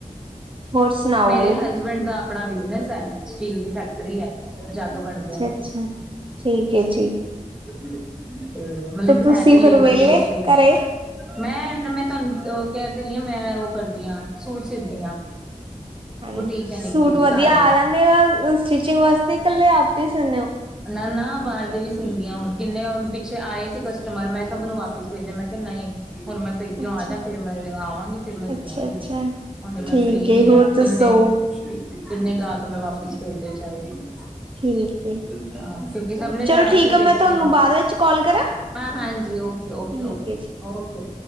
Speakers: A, on the right; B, in the centre.
A: ਹੋਰ ਸੁਣਾਓ?
B: ਮੇਰੇ ਹਸਬੈਂਡ ਦਾ ਆਪਣਾ ਬਿਜਨਸ ਹੈ ਸਟੀਲ ਦੀ ਫੈਕਟਰੀ ਹੈ ਜੱਗ ਬਣਦੇ
A: ਅੱਛਾ
B: ਨੇ
A: ਅੱਛਾ ਠੀਕ ਹੈ ਜੀ
B: ਹੀ ਤੇ ਮਤਲਬ ਕੀ
A: ਤੁਸੀਂ
B: ਹੈ ਤੇ ਲੇਬਰ
A: ਫਿਰ ਵਿਹਲੇ
B: ਬੇਸ ਹੀ
A: ਘਰੇ?
B: ਮੈਂ ਮੈਂ ਤੁਹਾਨੂੰ ਕਹਿ ਤੇਰੀ ਹ ਮੈਂ ਉਹ ਕਰਦੀ ਹਾਂ ਸੂਟ ਸੀਦੀ ਹਾਂ
A: ਹਾਂਜ,
B: ਬੁਟੀਕ ਹੈ
A: ਸੂਟ
B: ਨਿੱਕੀ ਜੀ
A: ਵਧੀਆ
B: ਘਰ ਹੀ
A: ਆ ਜਾਂਦੇ ਆ ਸਟਿਚਿੰਗ ਵਾਸ ਤੇ ਕੱਲੇ ਆਪੇ ਈ ਸੀਣੇ ਔ।
B: ਨਾ ਨਾ ਬਾਰ ਦੇ ਵੀ ਸੀਂਦੀਆਂ ਹੁਣ ਕਿੰਨੇ ਹੁਣ ਪਿੱਛੇ ਆਏ ਸੀ ਕਸਟਮਰ ਮੈਂ ਸਭ ਨੂੰ ਵਾਪਿਸ ਭੇਜਿਆ, ਮੈਂ ਕਿਆ ਨਹੀਂ। ਹੁਣ ਮੈਂ ਪੇਕੇਉ
A: ਅੱਛਾ
B: ਆ ਜਾ ਫਿਰ ਮੈਂ ਜ ਆਵਾਂਗੀ, ਫਿਰ ਮੈਂ ਸੀ
A: ਅੱਛਾ
B: ਆਗੀ।
A: ਅੱਛਾ।
B: ਹੁਣ ਮੈਂ
A: ਠੀਕ
B: ਫ੍ਰੀ
A: ਏ
B: ਨੀ
A: ਹੋਰ
B: ਆ
A: ਦੱਸੋ?
B: ਕਿੰਨੇ, ਕਿੰਨੇ ਗਾਕ ਮੈਂ ਵਾਪਿਸ ਭੇਜੇ ਚਾਰੇ। ਕਿਂ
A: ਠੀਕ ਏ।
B: ਕਿਆ ਆ ਕਿਉਂਕਿ ਸਭ ਨੇ
A: ਚਲੋ
B: ਜਾਣਾ
A: ਠੀਕ
B: ਸੀ
A: ਆ
B: ਪੇਕੇ,
A: ਮੈਂ ਤੁਹਾਨੂੰ ਬਾਅਦ ਵਿੱਚ ਕਾਲ ਕਰਾਂ?
B: ਹਾਂ ਹਾਂਜੀ ਓਕੇ ਓਕੇ
A: ਠੀਕ
B: ਓਕੇ
A: ਹੈ ਜੀ।
B: ਓਕੇ।